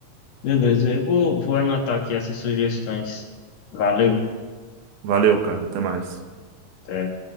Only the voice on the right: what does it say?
Valeu, cara. Até mais.